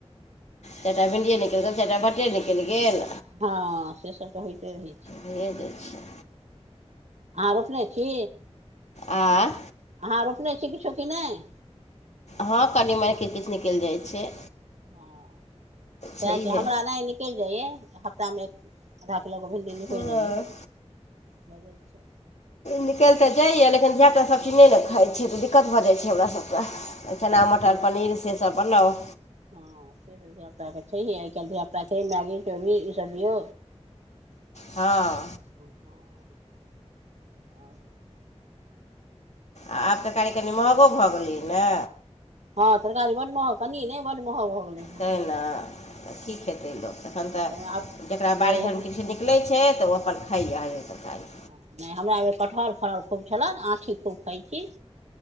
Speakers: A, on the left; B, on the right.
A: ठीक चारिटा भि्डिए निकलि गेल चारिटा भांट्टे निकलि गेल
B: हँ से सब त होइते रहैया
A: भये जाय छै
B: अहाँ रोपने छी
A: आं
B: अहाँ रोपने छी किछो कि नहि
A: हँ कनि मनी किछ किछ निकलि जाइ छै
B: हँ सएह
A: छैहे
B: छै हमरा नहि निकलि जाइयए हफ्तामे एक आधा किलोके भिण्डी निकलि
A: हँ
B: जाइया होऽ जाइ छै
A: निकलि तऽ जाइए लेकिन धियापुता सभचीज नहि ने खाइत छै तऽ दिक्कत भऽ जाइत छै हमरासभकेँ
B: हँ
A: चना मटर
B: से
A: पनीर से सब बनाउ
B: हँ से तऽ धियाापुता के छै आइ काल्हि धिया पुता छै मैगी चोबीन ई सब दियौ
A: हाँ
B: ह हँ <inaudible> आ-
A: आ आब तऽ तरकारी कनि महगो भऽ गेलै न
B: हँ तरकारी बड्ड महग कनी ने बड्ड महग भऽ गेलै हेँ
A: तैं न की खेतै लोक तखन
B: ताहिमे
A: तऽ
B: आब
A: जकरा
B: जे
A: बाड़ी झारी
B: हेतै
A: मे किछ किछ नि लैय छै तऽ ओ अपन खाइय हरियर तरकारी
B: हँ नहि हमरा अइ बेर कटहर फरल खूब छलन आँठी खूब खाइ छी